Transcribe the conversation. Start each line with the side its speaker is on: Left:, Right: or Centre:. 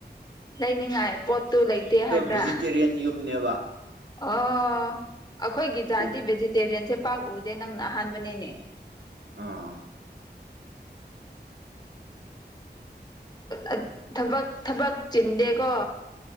Left: ꯂꯩꯅꯤꯡꯉꯥꯏ ꯄꯣꯠꯇꯨ ꯂꯩꯇꯦ ꯍꯥꯏꯕ꯭ꯔꯥ
Right: ꯚꯤꯖꯤꯇꯦꯔꯤꯌꯟ ꯌꯨꯝꯅꯦꯕ
Left: ꯑꯣ ꯑꯩꯈꯣꯏꯒꯤ ꯖꯥꯇꯤ
Right: ꯑꯗꯨ
Left: ꯚꯦꯖꯤꯇꯦꯔꯤꯌꯟꯁꯦ ꯄꯥꯛꯎꯗꯦ ꯅꯪꯅ ꯑꯍꯥꯟꯕꯅꯦꯅꯦ
Right: ꯑꯥ
Left: ꯑ ꯊꯕꯛ ꯊꯕꯛ ꯆꯤꯟꯗꯦꯀꯣ